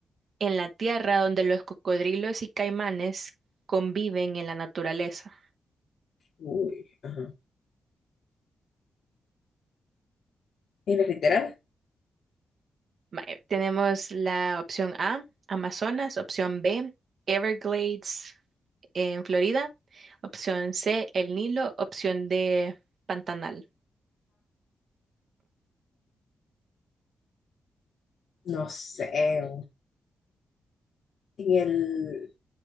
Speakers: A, on the right; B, on the left.
A: en la Tierra donde los cocodrilos y caimanes conviven en la naturaleza?
B: Uy, ajá. ¿Y los literales?
A: Va, eh, tenemos la opción A, Amazonas, opción B, Everglades en Florida, opción C, el Nilo, opción D, Pantanal.
B: No sé. En el